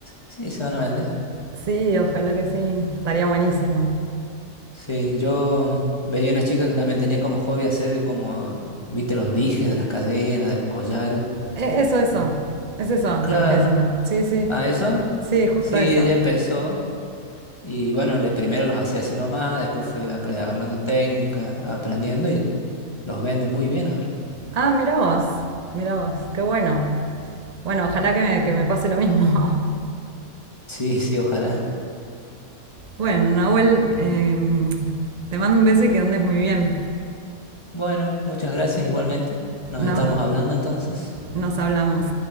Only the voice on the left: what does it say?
Sí, se van a vender.
Sí, yo mm, veía una chica que también tenía como hobby hacer como, viste, los dijes de las cadenas, de los collares.
Los-
Claro,
¿a eso?
Sí,
ella empezó y bueno, le primero los hacía así nomás, después fue apre- agarrando técnicas, aprendiendo y los vende muy bien ahora.
Sí, sí, ojalá.
Bueno, muchas gracias igualmente. Nos
estamos hablando entonces.